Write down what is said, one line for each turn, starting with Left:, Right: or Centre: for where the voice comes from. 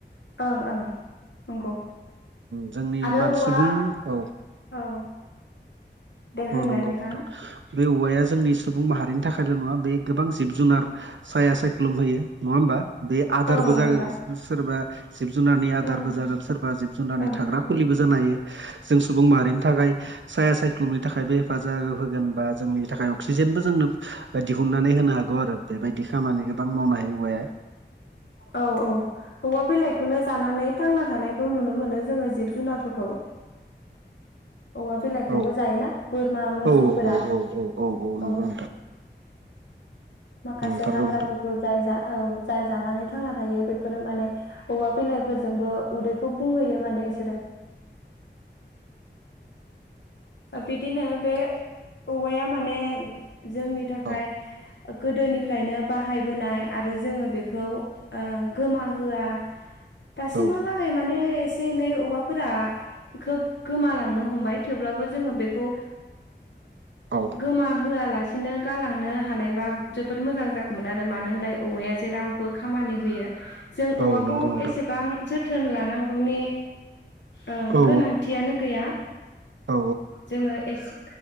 Left: ओं ओं नंगौ
Right: जोंनि
Left: आरो
Right: मान
Left: औवा
Right: सुबुं औ
Left: औ दे होनलाय
Right: औ नंगौ
Left: नोंथाङा
Right: नोंथां बे औवाया जोंनि सुबुं माहारिनि थाखायल' नङा बे गोबां जिब जुनार साया सायख्लुम होयो नङा होमबा बे आदारबो
Left: औ नंगौ
Right: जागोन
Left: दा
Right: सोरबा जिब जुनारनि आदारबो
Left: ओं
Right: जागोन सोरबा जिब जुनारनि
Left: ओं
Right: थाग्रा
Left: ओं
Right: खुलिबो जानो हायो जों सुबुं माहारिनि थाखाय साया साय लुमनि थाखायबो हेफाजाब होगोन बा जोंनि थाखाय अक्सिजेनबो जोंनो दिहुनन्नानै होनो हागौ आरो बेबायदि खामानि गोबां मावनो हायो औवाया
Left: औ औ औवा बिलाइखौ खौनो जानानै थांना थानायखौ नुनो मोनो जोङो जिब जुनारफोरखौ औवा बिलाइखौबो
Right: औ
Left: जायोना बोरमा मोसौफोरा
Right: औ औ नंगौ
Left: औ
Right: नोंथां
Left: माखासे
Right: नंथारगौ
Left: हाग्राफोरखौ
Right: नोंथां
Left: जाय जा औ जाय जानानै थांना थायो बेफोरो माने औवा बिलाइफोरजोंबो उदैखौ बुंहैयो माने बिसोरो बिदिनो बे औवाया माने जोंनि थाखाय
Right: औ
Left: गोदोनिफ्रायनो बाहायबोनाय आरो जोङो बेखौ खौ गोमाहोआ दासिमावला
Right: औ
Left: माने एसे एनै औवाफोरा खोब गोमालांनो हमबाय थेवब्लाबो जोङो बेखौ
Right: औ
Left: गोमा होआलासेनो गालांनो हानायबा जोबोद मोजां जागौमोन आरो मानो होनलाय औवाया जेराव खामानि होयो जों औवाखौ
Right: औ नंगौ नोंथां
Left: एसेबां जोथोन लानांगौनि ओं
Right: औ
Left: गोनांथियानो गैया
Right: औ
Left: जोङो एसे